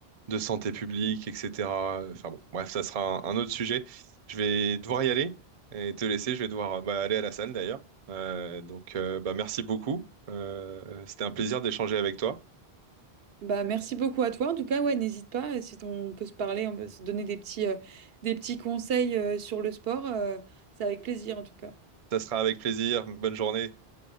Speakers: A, on the right; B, on the right.
A: santé publique, etc. Enfin bon, bref, ça sera un, un autre sujet. Je vais devoir y aller et te laisser. Je vais devoir bah, aller à la salle d'ailleurs. Euh, donc euh, bah, merci beaucoup. Euh, c'était un plaisir d'échanger avec toi.
B: Bah, merci beaucoup à toi. En tout cas, ouais, n'hésite pas. euh, Si on peut se parler, on peut se donner des petits, euh, des petits conseils, euh, sur le sport. euh, c'est avec plaisir, en tout cas.
A: Ça sera avec plaisir. Bonne journée.